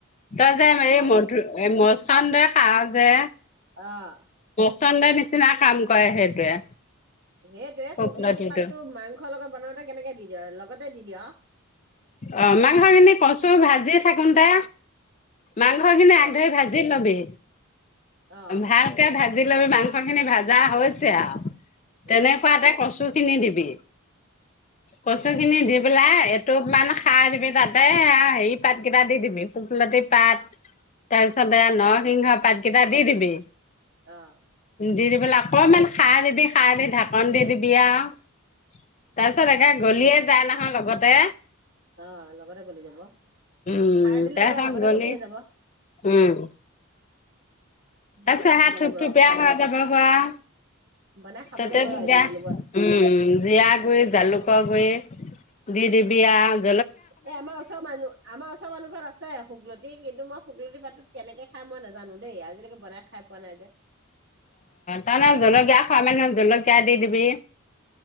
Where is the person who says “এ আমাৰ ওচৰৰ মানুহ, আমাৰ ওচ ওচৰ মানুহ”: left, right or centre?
Right